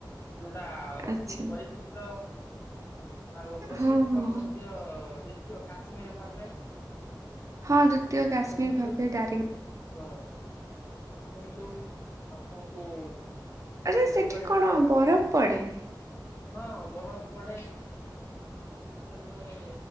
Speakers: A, on the left (about 35°); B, on the right (about 45°).
A: ଯୋଉଟା ଅତି
B: ଆଚ୍ଛା
A: ପରିଚିତ। ଆଉ ପ୍ରସିଦ୍ଧ
B: ହଁ ହଁ।
A: ମଧ୍ୟ, ଦ୍ଵିତୀୟ କାଶ୍ମୀର ଭାବେ।
B: ହଁ, ଦ୍ୱିତୀୟ କାଶ୍ମୀର
A: ଆସନ୍ତୁ
B: ଭାବେ ଦାରିଙ୍ଗ
A: ହଁ। ଆସନ୍ତୁ, ଆପଣଙ୍କୁ
B: ଆରେ
A: ପିକରିଟର,
B: ସେଠି କଣ ବରଫ ପଡେ?
A: ହଁ ବରଫ ପଡ଼େ। ଶୀତ ଦିନରେ